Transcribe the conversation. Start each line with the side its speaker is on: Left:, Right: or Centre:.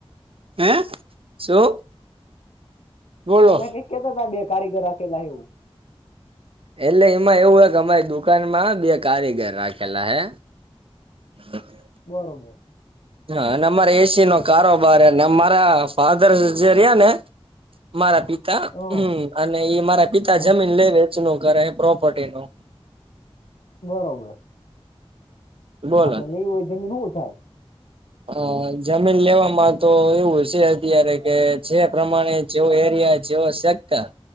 Right: હેં શું? બોલો
Left: તમે કઈ કેતા હતા બે કારીગર હાથે લાયવુ એવું.
Right: એટલે એમાં એવું હો કે અમારી દુકાનમાં બે કારીગર રાખેલા હે હ
Left: બરોબર.
Right: હા અને અમારા એસી નો કારોબાર હે અને અમારા ફાધર જે રહ્યા ને મારા પિતા
Left: હં,
Right: હમ અને એ મારા પિતા
Left: હં,
Right: જમીન લે વેચનું કરે પ્રોપર્ટી નું.
Left: બરોબર.
Right: બોલો
Left: આપડે નઈ હોય જમીન હુ થાય?
Right: હ જમીન લેવામાં તો એવું હશે. અત્યારે કે જે પ્રમાણે જેવો એરિયા જેવો સેક્ટર